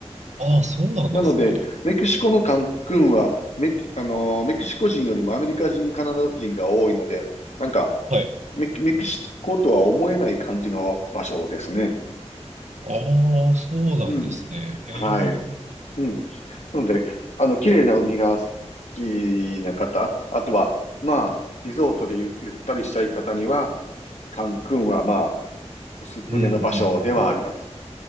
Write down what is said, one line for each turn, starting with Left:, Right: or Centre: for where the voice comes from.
Right: ああ、そうなんですね。
Left: なので、メキシコのカンクンはメキ、あの、メキシコ人よりもアメリカ人、カナダ人が多いので、なんか、
Right: はい。
Left: メキ、メキシコとは思えない感じの場所ですね。
Right: ああ、そうなんですね。
Left: うん。
Right: へえ。
Left: はい。
Right: うん
Left: うん。なので、あの、綺麗な海が好きな方、あとは、まあ、リゾートでゆ、ゆったりしたい方には、カンクンは、まあ、おすすめの場所ではあります。
Right: うんうんうん。